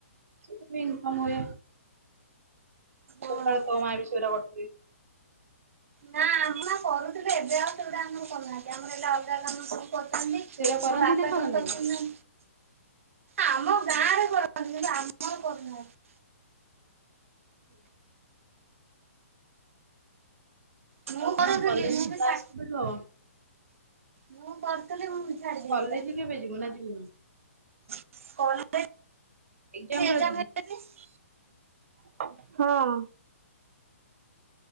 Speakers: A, on the right (about 80°); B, on the right (about 65°).
A: ସେଥି ଇନଫର୍ମ ହୁଏ ଯେତେବେଳେ
B: ହଁ।
A: ତୋ ମା ବି ସେଟା କରିଥିଲି।
B: ନାଁ ଆମର କରୁଥିଲୁ ଏବେ ଆଉ ସେଗୁଟା ଆମର କରୁନାହାନ୍ତି ଆମର ହେଲା ଅଲଗା କାମ ସବୁ
A: ସେଗୁରା କରନ୍ତି
B: ମୋ ବାପା
A: ନା କରନ୍ତିନି?
B: ତନ୍ତ <unintelligible> ଏ ଆମ ଗାଁରେ କରନ୍ତି କିନ୍ତୁ ଆମର କରୁନାହାନ୍ତି।
A: ହୁଁ
B: ମୁଁ
A: ଆଉ
B: କରୁଥିଲି
A: କଣ କଲେଜ
B: ମୁଁ ବି
A: କ୍ଲାସ
B: ଛା
A: କେବେ ଠୁ ହବ।
B: ମୁଁ କରୁଥିଲି ମୁଁ
A: ତୁ
B: ବି ଛାଡି
A: ତୁ
B: ଦେଇଛି
A: କଲେଜ
B: ପୁରା
A: କେବେ ଯିବୁ ନାଁ ଯିବ ହୁଁ।
B: <unintelligible>
A: ଏକ୍ଜାମ ବେଳେ ଯିବୁ?
B: ହଁ।